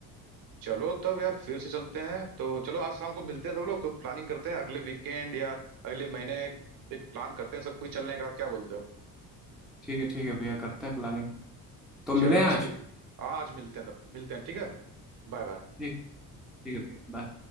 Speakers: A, on the right; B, in the centre.
A: चलो तब यार फिर से चलते हैं तो चलो आज शाम को मिलते हैं सब लोग तो प्लानिंग करते हैं अगले वीकेंड या अगले महीने एक प्लान करते हैं सब कोई चलने का क्या बोलते हो
B: ठीक है ठीक है भैया करते हैं प्लानिंग तो
A: चलो
B: मिले हैं आज
A: ठीक है हाँ आज मिलते हैं तब मिलते हैं ठीक है Bye bye
B: ठीक ठीक है भैया बाय